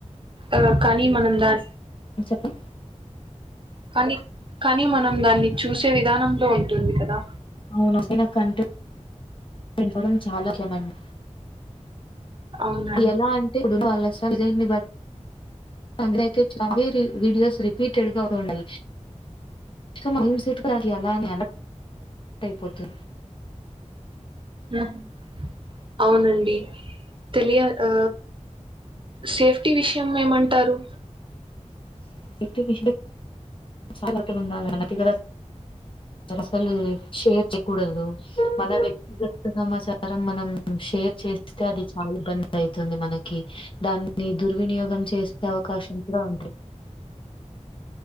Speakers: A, on the right; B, on the left.
A: ఆ కనీ మనం దా
B: చెప్పండి
A: కానీ కానీ మనం దాన్ని చూసే విధానంలో ఉంటుంది కదా
B: అవును అసలైన కంటెంట్ <unintelligible> చాలా ముఖ్యమండీ
A: అవునండి
B: ఎలా అంటే అది వాళజైన్ని బట్టి అందరు చబీరి వీడియోస్ రిపీటెడ్ గా ఉన్నాయి కానీ ఎమ్ సెట్ <unintelligible> ఎలా టెన్త్ అయిపోతే
A: ఉమ్. అవునండి తెలియ ఆ సేఫ్టీ విషయం ఏమంటారు
B: <unintelligible> జాగ్రత్తగా ఉండాలి అసలు షేర్ వేయకూడదు మన వ్యక్తిగత సమాచారం మన షేర్ చేస్తే అది చాలా ఇబ్బంది అవుతుంది మనకి దాన్ని దుర్వినియోగం చే చేసే అవకాశం కూడా ఉండ్రి